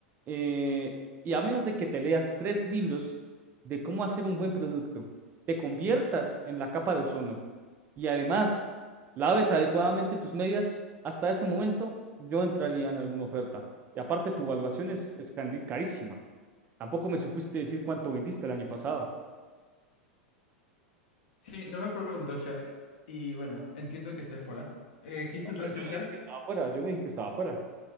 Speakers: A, on the right; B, on the left.
A: eh, y a menos de que te leas tres libros de cómo hacer un buen producto, te conviertas en la capa de ozono y además laves adecuadamente tus medias, hasta ese momento yo entraría en alguna oferta. Y aparte, tu evaluación es, es candi- carísima. Tampoco me supiste decir cuánto vendiste el año pasado.
B: Sí, no me preguntó Shark. Y bueno, entiendo que esté fuera. Eh, ¿qué hice el resto
A: Pero yo
B: de
A: no
B: Sharks?
A: dije que estaba fuera, yo no dije que estaba fuera.